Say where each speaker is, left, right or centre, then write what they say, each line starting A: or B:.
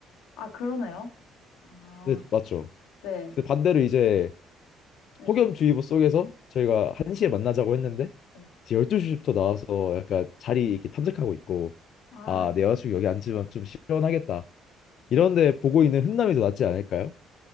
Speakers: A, on the left; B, on the left.
A: 아, 그러네요. 아,
B: 네, 맞죠.
A: 네,
B: 근데 반대로 이제
A: 네,
B: 폭염주의보 속에서 저희가 1시에 만나자고 했는데
A: 네.
B: 이제 12시부터 나와서 약간 자리 이렇게 탐색하고 있고
A: 아,
B: 아, 내 여자친구 여기 앉으면 좀 시원하겠다. 이런데 보고 있는 훈남이 더 낫지 않을까요?